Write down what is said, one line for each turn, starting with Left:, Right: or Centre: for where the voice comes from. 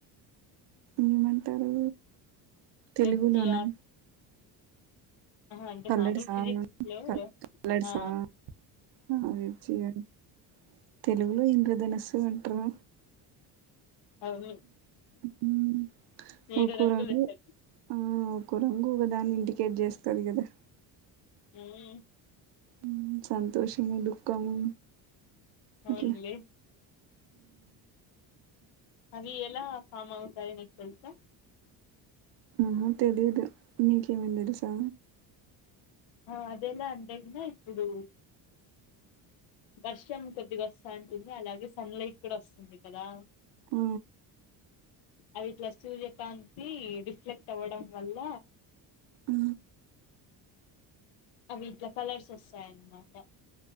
Right: ఏమంటారు తెలుగులోనా
Left: వెబ్ జిఆర్ ఆహా అంటే
Right: కలర్సా
Left: మామూలు ఫిజిక్స్ లో
Right: క కలర్సా
Left: ఆ
Right: ఆ వెయిట్ చేయాలి తెలుగులో ఇంద్రధనస్సు అంటారు
Left: అవును
Right: హ్మ్.
Left: ఏడు
Right: ఒక్కో
Left: రంగులు
Right: రంగు
Left: ఉంటాయ్
Right: ఆ ఒక్కో రంగు ఒక దాన్ని ఇండికేట్ చేస్తది కదా
Left: ఉమ్మ్
Right: ఉమ్ సంతోషము దుఃఖము
Left: అవున్లే
Right: అట్లా
Left: అవి ఎలా ఫామ్ అవుతాయో నీకు తెలుసా
Right: ఆహా తెలీదు నీకేమైనా తెలుసా
Left: ఆ అదేలా అంటే గిన ఇప్పుడు వర్షం కొద్దిగా వస్తాంటుంది అలాగే సన్ లైట్ కూడా వస్తుంది కదా
Right: ఆ
Left: అది ఇట్లా సూర్యకాంతి రిఫ్లెక్ట్ అవ్వడం వల్ల
Right: ఆ
Left: అవి ఇట్లా కలర్స్ వస్తాయి అనమాట